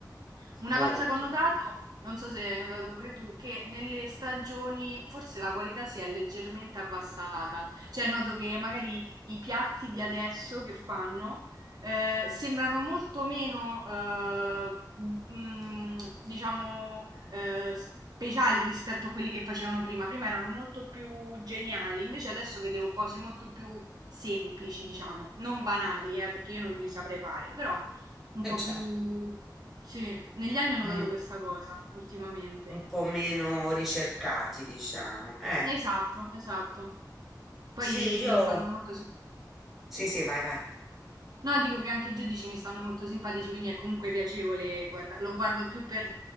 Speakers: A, on the right (about 60°); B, in the centre.
A: Una
B: molto.
A: cosa che ho notato, non so se hai notato pure tu, che nelle stagioni forse la qualità si è leggermente abbassata. Cioè, noto che magari i piatti di adesso che fanno eh, sembrano molto meno, eh, mm, diciamo, eh, speciali rispetto a quelli che facevano prima. Prima erano molto più geniali, invece adesso vedevo cose molto più semplici, diciamo, non banali, eh, perché io non li saprei fare, però un
B: Eh,
A: po' più
B: certo.
A: sì, negli anni ho notato
B: un,
A: questa cosa ultimamente.
B: un po' meno ricercati, diciamo. Eh,
A: Esatto, esatto. Poi
B: sì, io...
A: mi stanno molto sim
B: Sì, sì, vai, vai.
A: no, dico che anche i giudici mi stanno molto simpatici, quindi è comunque piacevole guarda lo guardo più per